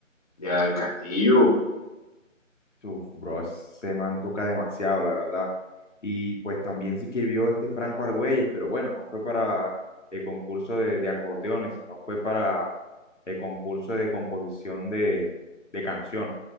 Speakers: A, on the left (about 25°); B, on the left (about 60°).
A: de Ana del Castillo.
B: Uf, bro, ese man toca demasiado, la verdad. Y pues también se inscribió este Franco Argüelles, pero bueno, no fue para el concurso de, de acordeones, no fue para el concurso de composición de, de canción,